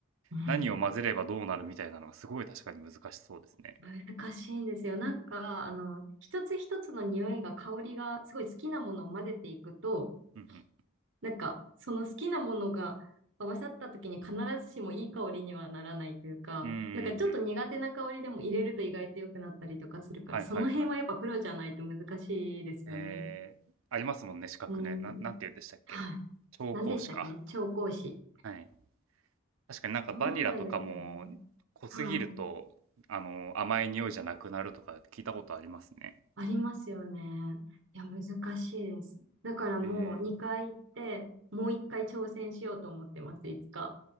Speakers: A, on the right; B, on the right.
A: うん。
B: 何を混ぜればどうなるみたいなのはすごい確かに難しそうですね。
A: 難しいんですよ。なんか、あの、一つ一つの匂いが、香りが、すごい好きなものを混ぜていくと、
B: うん
A: なんか、その好きなものが合わさった時に必ずしもいい香りにはならないというか、
B: うん。うんうんうん。
A: なんかちょっと苦手な香りでも入れると意外と良くなったりとかするから、
B: はいはいはい。
A: その辺はやっぱプロじゃないと難しいですよね。
B: えーありますもんね、資格ね。
A: うん。
B: ななんて言うんでしたっけ。
A: はい。
B: 調香師か。
A: 何でしたっけね調香師。
B: はい。確かになんかバニラとかも
A: そうなんですよね。
B: 濃すぎると、
A: はい。
B: あの、甘い匂いじゃなくなるとか聞いたことありますね。
A: ありますよね。いや、難しいです。だからもう2回行って、
B: えー
A: もう1回挑戦しようと思ってます、いつか。